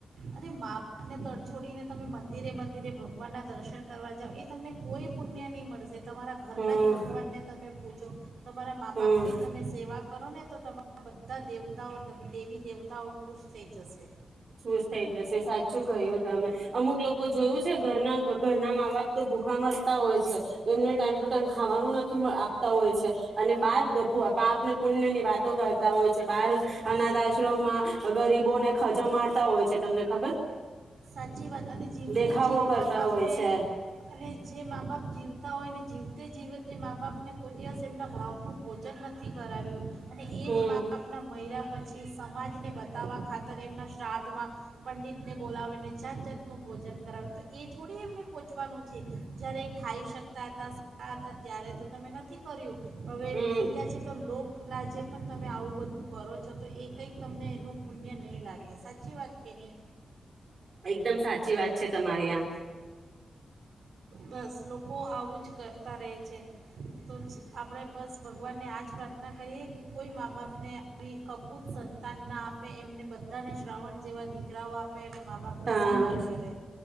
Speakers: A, on the right; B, on the right.
A: અને મા બાપ ને તડછોડીને તમે મંદિરે મંદિરે ભગવાન ના દર્શન કરવા જાાવ એ તમને કોઈ પુણ્ય નહીં મળશે તમારા ઘરના
B: હમ
A: જ ભગવાનને તમે પૂજો તમારા મા
B: હમ
A: બાપની તમે સેવા કરો ને તો તમારા બધા દેવતાઓ દેવી દેવ તઓ ખુશ થઈ જશે.
B: શુઝ થઇ જશે સાચું કહ્યું તમે. અમુક લોકો જોયું છે ઘરના ઘરના મા બાપ તો ભૂખા મરતા હોય છે એમને ટાઈમ ટુ ટાઈમ ખાવાનું નથી હોય છે અને બાર પાપને પુણ્ય ની વાતો કરતા હોય છે બાર અનાથ
A: સ
B: આશ્રમમાં ગરીબોને ખજમા હોય છે તમને ખબર
A: સાચી વાત અને જીવતે
B: દેખાવો
A: જીત
B: કરતા
A: મા બાપને
B: હોય છે
A: અને જે મા બાપ જીવ તા હોય ને જીવતે જીવતે મા બાપ અને કોઈ દિવસ એમના ભાવતું ભોજન નથી નથીથી કરાવ્યું. અને એજ
B: હમ
A: મા બાપના મહયરા પછી પછ સમાજને બતાવવા ખાતર એમના શ્રાદ્ધમાં પંડિતને બોલાવા જાત જાતનું ભોજન કરવું ને તો એ થોડી એમને પોહચવાનું છે જય્યારે ખાઈ શકે હતા હતા ત્યારે તો તમે નથી કર્યું. હવે
B: હમ
A: મરી ગયા છે તો લો લજે પણ તમે આવું બધું કરો છો તો એ કંઈક તમને એનું પુણ્ય નહીં લાગે સાચી વાત કે નહીં.
B: એકદમ સાચી વાત છે તમારી આ.
A: બસ લોકો તો આવું જ કરતા રહે છે. તો જ આપણે બસ ભગવાનને આજ પ્રાર્થના કરીએ કે કોઈ મા બાપને આવી કપૂત સંતાન ના આપે એમને બધા બધા ને શ્રાવણ જેવા દીકરાઓ આપે અને
B: હા
A: સેવા કરે